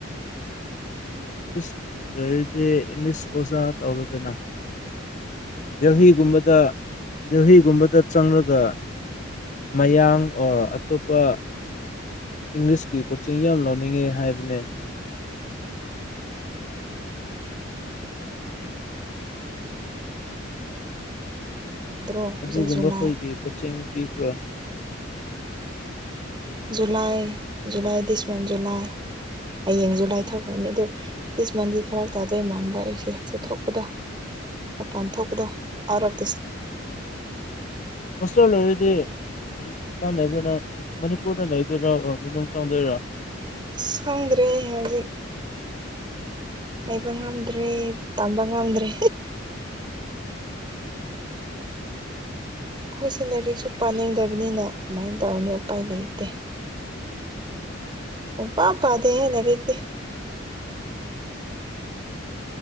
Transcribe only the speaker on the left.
ꯪꯁ ꯂꯩꯔꯗꯦ ꯏꯪꯂꯤꯁ ꯑꯣꯖꯥ ꯇꯧꯔꯨꯗꯅ ꯗꯦꯜꯍꯤꯒꯨꯝꯕꯗ ꯗꯦꯜꯍꯤꯒꯨꯝꯕꯗ ꯆꯪꯂꯒ ꯃꯌꯥꯡ ꯑꯣꯔ ꯑꯇꯣꯞꯄ ꯏꯪꯂꯤꯁꯀꯤ ꯀꯣꯆꯤꯡ ꯌꯥꯝ ꯂꯧꯅꯤꯡꯉꯦ ꯍꯥꯏꯕꯅꯦ
ꯑꯗꯨꯒꯨꯝꯕ
ꯑꯩꯈꯣꯏꯒꯤ ꯀꯣꯆꯤꯡ ꯄꯤꯈ꯭ꯔꯥ
ꯁꯁꯥꯎꯜ ꯑꯣꯏꯗꯤ ꯍꯥꯏ ꯀꯥꯟ ꯂꯩꯗꯅ ꯃꯅꯤꯄꯨꯔꯗ ꯂꯩꯗꯣꯏꯔ ꯃꯅꯨꯡ ꯆꯪꯗꯣꯏꯔꯥ